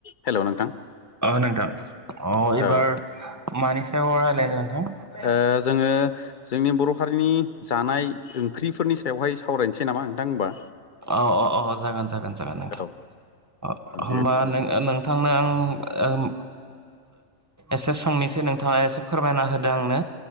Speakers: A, on the left (about 45°); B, on the right (about 15°).
A: हेल' नोंथां
B: अ नोंथां अ एबार
A: औ
B: मानि सायाव रायलायनो नोंथां
A: ओ जोङो जोंनि बर' हारिनि जानाय ओंख्रिफोरनि सायावहाय सावरायनोसै नामा नोंथां होमबा
B: अ अ अ जागोन जागोन जागोन नोंथां
A: औ
B: अ
A: जिहेथु
B: होमबा नो नोंथांनो आं ओम एसे सोंनोसै नोंथाङा एसे फोरमायना होदो आंनो